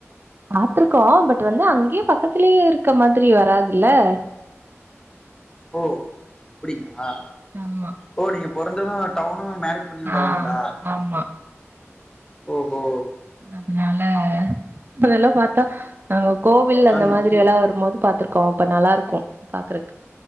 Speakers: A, on the right; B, on the left.
A: பாத்திருக்கோ பட் வந்து அங்கேயே பக்கத்திலயே இருக்க மாதிரி வராதுல்ல <unintelligible>
B: ஓ அப்படிங்களா
A: ஆமா
B: ஓ நீங்க பொறந்தது டவுனு மேரஜ் பண்ணது டவுனுங்களா
A: ஆ ஆமா
B: ஓஹோ
A: அதுனால அப்ப இதெல்லா பாத்தா அ கோவில்ல
B: சொன்ன
A: அந்த மாதிரி எல்லா வரும்போது பாத்திருக்கோ அப்ப நல்லா இருக்கு பாக்குறக்கு